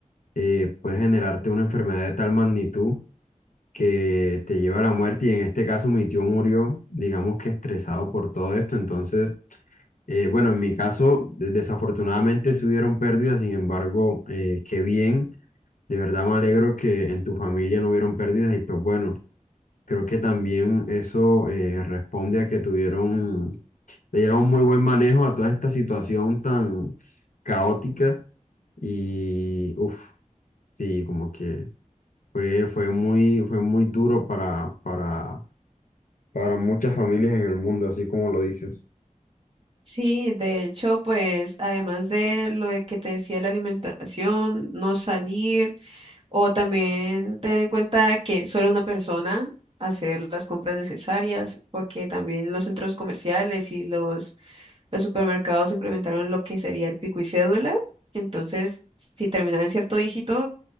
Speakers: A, on the left; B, on the right.
A: eh, puede generarte una enfermedad de tal magnitud que te lleva a la muerte y en este caso mi tío murió, digamos que estresado por todo esto, entonces, eh, bueno, en mi caso de- desafortunadamente sí hubieron pérdidas, sin embargo, eh, qué bien, de verdad me alegro que en tu familia no hubieron pérdidas y pues bueno, creo que también eso eh, responde a que tuvieron, le dieron muy buen manejo a toda esta situación tan caótica y, uff, sí, como que... Fue, fue muy, fue muy duro para, para, para muchas familias en el mundo, así como lo dices.
B: Sí, de hecho, pues, además de lo de que te decía de la alimentación, no salir, o también tener en cuenta que solo una persona hacer las compras necesarias, porque también los centros comerciales y los, los supermercados implementaron lo que sería el pico y cédula. Entonces, si terminaba en cierto dígito,